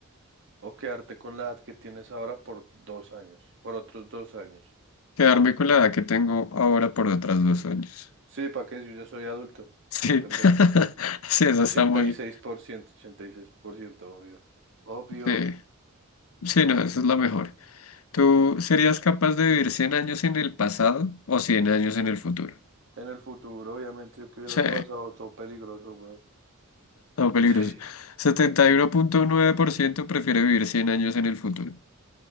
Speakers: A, on the right (about 60°); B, on the left (about 80°).
A: o quedarte con la edad que tienes ahora por dos años? Por otros dos años.
B: Quedarme con la edad que tengo ahora por otras dos años.
A: Sí, ¿para qué? Yo ya soy adulto.
B: Sí,
A: Está pendejo
B: <laughs>
A: ese güey.
B: sí, esa
A: ochenta
B: está muy...
A: y seis por ciento, ochenta y seis por ciento, obvio. Obvio.
B: Sí, sí, no, esa es la mejor. ¿Tú serías capaz de vivir 100 años en el pasado o 100 años en el futuro?
A: En el futuro, obviamente, yo que hubiera
B: Sí,
A: el pasado, todo peligroso, weón.
B: no peligroso.
A: <laughs> Sí.
B: Setenta y uno punto nueve por ciento prefiere vivir 100 años en el futuro.